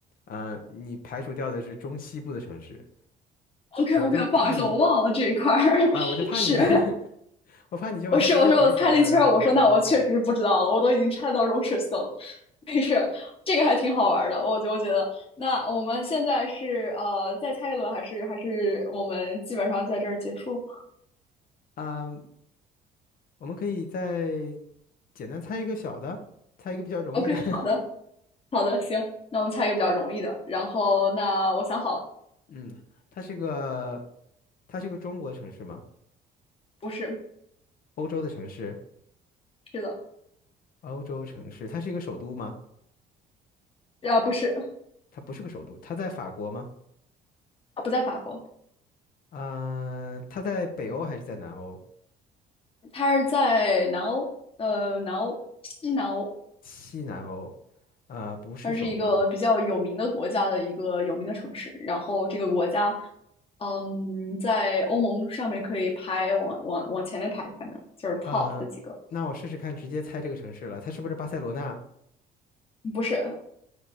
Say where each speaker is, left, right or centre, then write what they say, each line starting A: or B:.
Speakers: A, on the left (about 60°); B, on the left (about 35°).
A: 呃，你排除掉的是中西部的城市，
B: OK
A: 我就怕你
B: OK，不好意思，我忘了这一块儿
A: 啊，我就怕你，
B: <laughs> 是。
A: <laughs> 我怕你就把它直接排除了，
B: 我是我说我猜了一圈我说那我确实是不知道了，
A: 然后我就成了误导。
B: 我都已经猜到荣氏森了。没事，这个还挺好玩的，我就我觉得。那我们现在是呃再猜一轮，还是还是我们基本上在这儿结束
A: 嗯，我们可以再简单猜一个小的，猜一个比较容易的。
B: ？OK，
A: <laughs>
B: 好的，好的，行，那我们猜一个比较容易的。然后那我想好了，
A: 嗯，它是个它是个中国城市吗？
B: 不是，
A: 欧洲的城市，
B: 是的，
A: 欧洲城市，它是一个首都吗？
B: 啊不是，
A: 它不是个首都，它在法国吗？
B: 啊不在法国，
A: 嗯、它在北欧还是在南欧？
B: 他是在南欧，呃南欧，西南欧，
A: 西南欧，呃，不是首都，
B: 它是一个比较有名的国家的一个有名的城市。然后这个国家，嗯，在欧盟上面可以排往往往前面排，反正就是 top
A: 呃，
B: 的几个。
A: 那我试试看，直接猜这个城市了，它是不是巴塞罗那？
B: 不是，